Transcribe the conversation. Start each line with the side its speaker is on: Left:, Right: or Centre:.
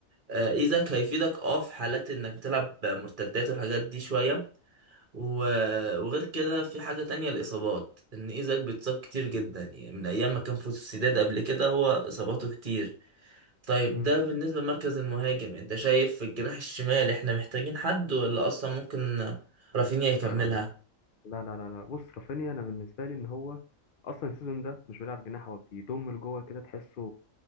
Right: آه، ايزك هيفيدك اه في حالات انك بتلعب مرتدات والحاجات دي شويه و- وغير كده في حاجة تانية الإصابات إن إيزاك بيتصاب كتير جدا يعني من أيام ما كان في السداد قبل كده هو إصاباته كتير طيب
Left: مم.
Right: ده بالنسبة لمركز المهاجم أنت شايف في الجناح الشمال إحنا محتاجين حد ولا أصلا ممكن رافينيا يكملها
Left: لا لا لا لا لا لا بص رافينيا انا بالنسبه لي ان هو اصلا السيزون ده مش بيلعب جناح هو بيضم لجوه كده تحسه